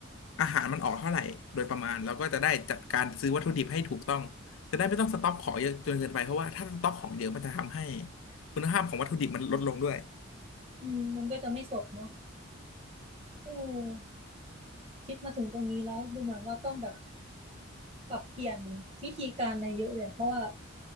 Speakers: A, on the left; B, on the right.
A: อาหารมันออกเท่าไหร่โดยประมาณเราก็จะได้จัดการซื้อวัตถุดิบให้ถูกต้องจะได้ไม่ต้องสต็อกของเยอะจนเกินไปเพราะว่าถ้าสต็อกของเยอะมันจะทำให้คุณภาพของวัตถุดิบมันลดลงด้วย
B: อืมมันก็จะไม่สดเนาะเออคิดมาถึงตรงนี้แล้วดูเหมือนว่าต้องแบบปรับเปลี่ยนวิธีการอะไรเยอะเลยอะเพราะว่า